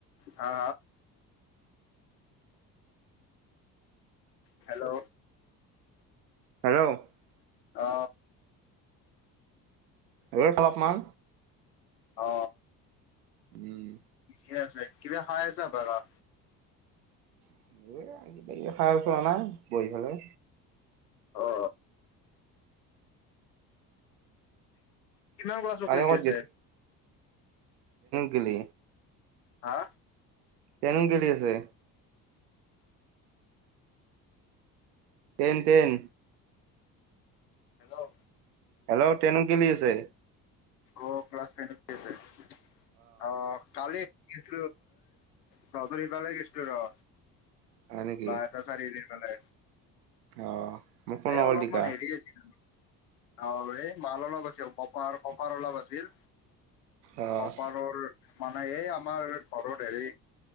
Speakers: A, on the left (about 75°); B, on the right (about 70°).
A: হা। হেল্ল'।
B: থাক
A: অ।
B: <unintelligible> অলপমান।
A: অ।
B: উম।
A: ঠিক আছে কিবা খাই আছা। <unintelligible>
B: <unintelligible> খাই আছোঁ এনাই বহি পেলাই।
A: অ। কিমান ক্লাছক
B: কালি
A: লিকি
B: ক'ত
A: আছে।
B: গিলি।
A: হা?
B: টেন গেলি আছে। Ten ten.
A: Hello!
B: Hello! Ten গিলি আছে।
A: অ' ক্লাছ টেন <unintelligible> অ' কালি <unintelligible> এই তহঁতৰ সেইফালে গেছিলো ৰ!
B: হয় নেকি
A: বাইহাটা চাৰিআলি।
B: অ', মোক ফোন
A: এই
B: নকৰিল
A: অলপমান
B: তিকা
A: হেৰি আছিল। অ' এই মাল অলপ আছিল, কপাৰ কপাৰ অলপ আছিল।
B: অ',
A: কপাৰৰ মানে এই আমাৰ ঘৰৰ হেৰি